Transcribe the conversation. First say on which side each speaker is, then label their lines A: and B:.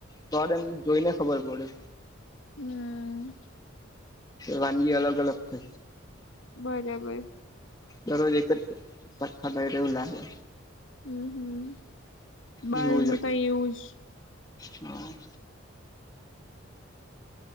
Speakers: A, on the left; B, on the left.
A: સ્વાદ એમ જોઈને ખબર પડે.
B: હમ.
A: વાનગી અલગ અલગ છે.
B: બરાબર.
A: દરરોજ એકજ સ શાક ખાતા હોય એવું લાગે.
B: હમ હમ બારનું
A: એવું જ હતું
B: તઈ એવુંજ.
A: હા.